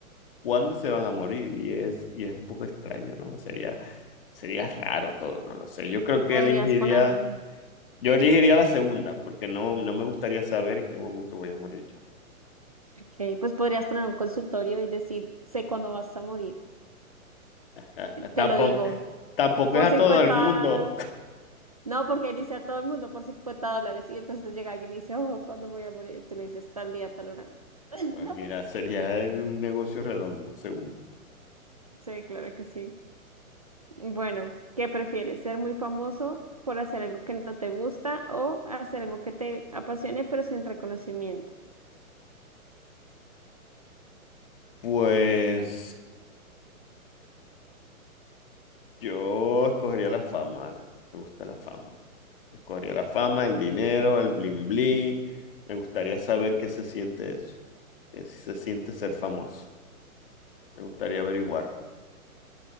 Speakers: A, on the left (about 40°); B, on the right (about 25°).
A: cuándo se van a morir y es, y es un poco extraño, ¿no? Sería, sería raro todo, no lo sé. Yo creo que
B: Podrías
A: elegiría,
B: poner, un-
A: yo elegiría la segunda, porque no, no me gustaría saber en qué momento voy a morir yo.
B: ok, pues podrías poner un consultorio y decir, sé cuándo vas a morir.
A: Ah,
B: Te
A: Tampoco,
B: lo digo,
A: tampoco
B: por
A: es a
B: 50.
A: todo el mundo.
B: no, porque ahí dice a todo el mundo por 50 dólares y entonces llega alguien y dice, oh, ¿cuándo voy a morir? Y tú le dices, tal día, tal hora. <laughs>
A: Pues mira, sería un negocio redondo, seguro.
B: Sí, claro que sí. Bueno, ¿qué prefieres? ¿Ser muy famoso por hacer algo que no te gusta o hacer algo que te apasione pero sin reconocimiento?
A: Pues yo escogería la fama, Ana. Me gusta la fama. Escogería la fama, el dinero, el bling bling. Me gustaría saber qué se siente eso. Qué se siente ser famoso. Me gustaría averiguarlo.